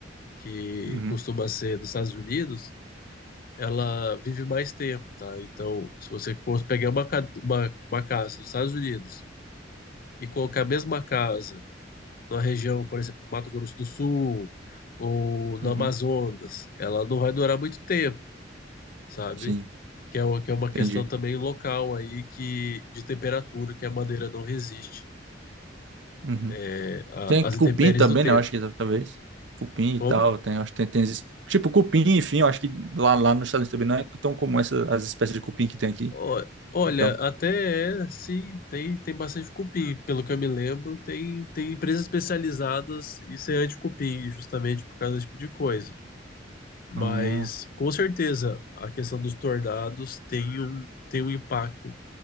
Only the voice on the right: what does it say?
Uhum,
uhum,
sim,
entendi.
Uhum.
Tem
cupim
também,
né? Eu acho que talvez. Cupim e
tal, tem, acho que tem, tem esses- Tipo, cupim, enfim, eu acho que lá, lá nos Estados Unidos também não é tão comum essa, as espécies de cupim que tem aqui.
Então...
Hum,